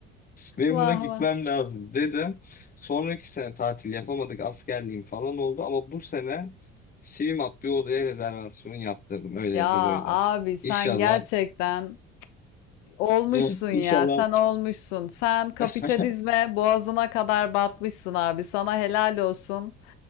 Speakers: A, on the left; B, on the left.
A: Benim
B: Vah
A: buna gitmem
B: vah.
A: lazım dedim. Sonraki sene tatil yapamadık askerliğim falan oldu. Ama bu sene Swimup bir odaya rezervasyon yaptırdım öyle
B: Ya
A: ya da böyle.
B: abi sen
A: İnşallah.
B: gerçekten olmuşsun
A: Evet,
B: ya.
A: İnşallah.
B: Sen olmuşsun. Sen kapitalizme
A: <laughs>
B: boğazına kadar batmışsın abi. Sana helal olsun.